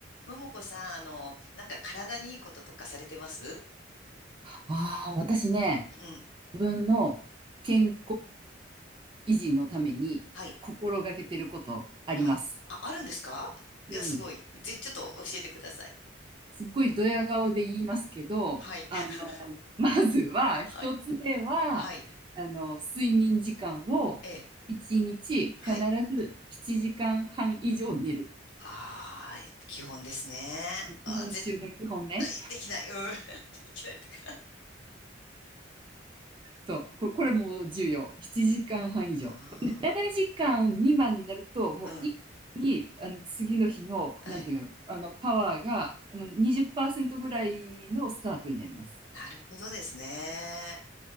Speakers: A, on the left; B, on the right.
A: ももこさん、あの、なんか体にいいこととかされてます
B: ああ、私ね、
A: うん。
B: 自分の健康維持のために心がけてることあります。
A: はい。はい。あ、あるんですかいや、
B: うん。
A: すごい。ぜ、ちょっと教えてください。
B: すっごいドヤ顔で言いますけど、
A: はい。
B: あの、
A: <laughs>
B: まずは、一つ目は、
A: はい。はい。
B: あの、睡眠時間を一日必ず7時間半以上寝る。
A: ええ。はい。ああ、基本ですね。
B: 基本中の基本ね。
A: あー、絶対できない。うん。<laughs> できないっていうか。
B: そう、こ、これも重要。7時間半以上。
A: あ
B: 7時間未満になると、もう一気に、
A: あ、うん。
B: あの、次の日の、
A: ええ。
B: なんていうの、あの、パワーが、あの、20%ぐらいのスタートになります。
A: なるほどですね。